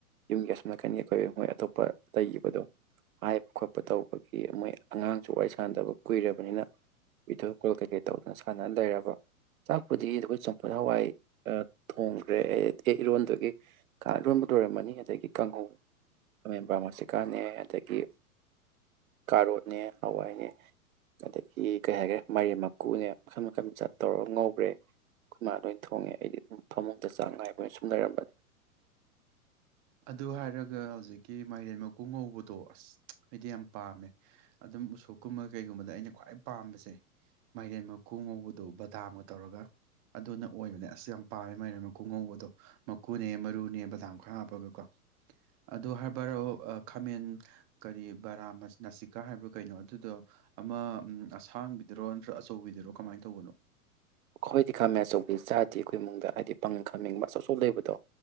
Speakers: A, on the right; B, on the right.
A: ꯌꯨꯝꯒꯤ ꯑꯁꯨꯝ ꯅꯥꯀꯟꯒꯤ ꯑꯩꯈꯣꯏ ꯃꯣꯏ ꯑꯇꯣꯞꯄ ꯂꯩꯈꯤꯕꯗꯣ ꯍꯥꯏꯕ ꯈꯣꯠꯄ ꯇꯧꯕꯒꯤ ꯃꯣꯏ ꯑꯉꯥꯡꯁꯨ ꯋꯥꯔꯤ ꯁꯦ ꯁꯥꯟꯅꯗꯕ ꯀꯨꯏꯔꯕꯅꯤꯅ ꯚꯤꯗꯤꯑꯣ ꯀꯣꯜ ꯀꯩꯀꯩ ꯇꯧꯗꯅ ꯁꯥꯟꯅꯅ ꯂꯩꯔꯕ ꯆꯥꯛꯄꯨꯗꯤ ꯑꯩꯈꯣꯏ ꯆꯣꯡꯐꯨꯠ ꯍꯋꯥꯏ ꯊꯣꯡꯈ꯭ꯔꯦ ꯑꯦ ꯏꯔꯣꯟꯗꯨꯒꯤ ꯏꯔꯣꯟꯕꯨ ꯂꯣꯏꯔꯝꯃꯅꯤ ꯑꯗꯒꯤ ꯀꯥꯡꯍꯧ ꯈꯃꯦꯝꯕ꯭ꯔꯥ ꯃꯁꯤꯀꯥꯅꯦ ꯑꯗꯒꯤ ꯀꯥꯔꯣꯅꯦ ꯍꯋꯥꯏꯅꯦ ꯑꯗꯒꯤ ꯀꯩ ꯍꯥꯏꯈ꯭ꯔꯦ ꯃꯔꯦꯝ ꯃꯀꯨꯅꯦ ꯃꯈꯟ ꯃꯈꯟ ꯆꯠ ꯇꯧꯔꯒ ꯉꯧꯕ꯭ꯔꯦ ꯑꯩꯈꯣꯏ ꯏ ꯃꯥ ꯂꯣꯏ ꯊꯣꯡꯉꯦ ꯑꯩꯗꯤ ꯑꯗꯨꯝ ꯐꯃꯨꯡꯗ ꯆꯥꯛ ꯉꯥꯏꯕꯅ ꯁꯨꯝ ꯂꯩꯔꯝꯕꯅꯦ
B: ꯑꯗꯨ ꯍꯥꯏꯔꯒ ꯍꯧꯖꯤꯛꯀꯤ ꯃꯥꯏꯔꯦꯟ ꯃꯀꯨ ꯉꯧꯕꯗꯣ ꯑꯁ ꯑꯩꯗꯤ ꯌꯥꯝ ꯄꯥꯝꯃꯦ ꯑꯗꯨꯝ ꯎꯁꯣꯞꯀꯨꯝꯕ ꯀꯩꯒꯨꯝꯕꯗ ꯑꯩꯅ ꯈ꯭ꯋꯥꯏ ꯄꯥꯝꯕꯁꯦ ꯃꯥꯏꯔꯦꯟ ꯃꯀꯨ ꯉꯧꯕꯗꯣ ꯕꯗꯥꯝꯒ ꯇꯧꯔꯒ ꯑꯗꯨꯅ ꯑꯣꯏꯕꯅꯦ ꯑꯁ ꯌꯥꯝ ꯄꯥꯝꯃꯦ ꯃꯥꯏꯔꯦꯟ ꯃꯀꯨ ꯉꯧꯕꯗꯣ ꯃꯀꯨꯅꯦ ꯃꯔꯨꯅꯦ ꯕꯗꯥꯝ ꯈꯔ ꯍꯥꯞꯄ ꯀꯣ ꯑꯗꯨꯣ ꯍꯥꯏꯕꯔꯣ ꯈꯥꯃꯦꯟ ꯀꯔꯤ ꯕꯔꯥ ꯅꯥꯁꯤꯛꯀꯥ ꯍꯥꯏꯕ꯭ꯔꯥ ꯀꯩꯅꯣ ꯑꯗꯨꯗꯣ ꯑꯃ ꯑꯁꯥꯡꯕꯤꯗꯔꯣ ꯅꯠꯇ꯭ꯔ ꯑꯆꯧꯕꯤꯗꯨꯔꯣ ꯀꯃꯥꯏꯅ ꯇꯧꯕꯅꯣ
A: ꯑꯩꯈꯣꯏꯗꯤ ꯈꯥꯃꯦꯟ ꯑꯆꯧꯕꯤꯗꯤ ꯆꯥꯗꯦ ꯑꯩꯈꯣꯏ ꯏꯃꯨꯡꯗ ꯍꯥꯏꯗꯤ ꯄꯪ ꯈꯥꯃꯦꯟꯕ ꯑꯆꯧ ꯑꯆꯧ ꯂꯩꯕꯗꯣ